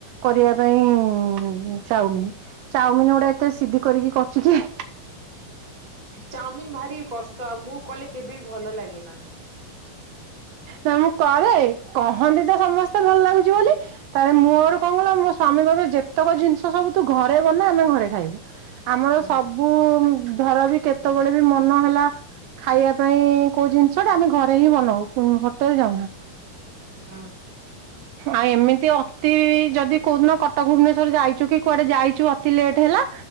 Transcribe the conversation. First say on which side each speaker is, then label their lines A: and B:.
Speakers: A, on the right; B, on the right.
A: କରିବା ପାଇଁ ଚାଉମିିନ୍। ଚାଉମିନ୍ ଗୁଡ଼େ ଏତେ ସିଧି କରିକି କରୁଚି କିଏ।
B: ଚାଉମିିନ ଭାରି କଷ୍ଟ ଆଉ ମୁଁ କଲେ କେବେବି ଭଲ ଲାଗେନା।
A: ନା ମୁଁ କରେ କହନ୍ତିତ ସମସ୍ତେ ଭଲ ଲାଗୁଚି ବୋଲି ତାପରେ ମୋର କଣ କହିଲ ମୋ ସ୍ଵାମୀ କହିବେ ଯେତକ ଜିନିଷ ସବୁ ତୁଘରେ ବନା ଆମେ ଘରେ ଖାଇବୁ। ଆମର
B: ହଁ
A: ସବୁ ବୁ ଧରବି କେତେବେଳେବି ମନ ହେଲା ଖାଇବା ପାଇଁ କୋଉ ଜିନିଷଟା ଆମେ ଘ ହିଁ ବନଉ ହୋଟେଲ୍ ଯାଉନା।
B: ଓହୋ।
A: ଆଁ ଏମିତି ଅତି ଯଦି କୋଉଦିନ କଟକ ଭୁବନେଶ୍ଵର ଯାଇଚୁକି କୁଆଡ଼େ ଯାଇଚୁ ଅତି ଲେଟ୍ ହେଲା